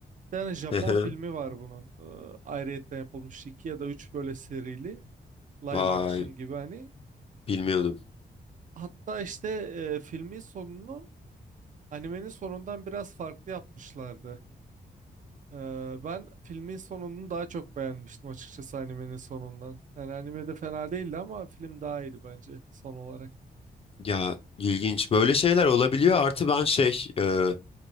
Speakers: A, on the right; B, on the left.
A: Bir tane Japon
B: Ehe,
A: filmi var bunun. Ee, ayrıyetten yapılmış iki ya da üç böyle serili. Live
B: Vay
A: action gibi hani.
B: bilmiyordum.
A: Hatta işte e, filmin sonunu animenin sonundan biraz farklı yapmışlardı. Ee, ben filmin sonunu daha çok beğenmiştim açıkçası animenin sonundan. Yani animede fena değildi ama film daha iyiydi bence son olarak.
B: Ya ilginç böyle şeyler olabiliyor. Artı ben şey e,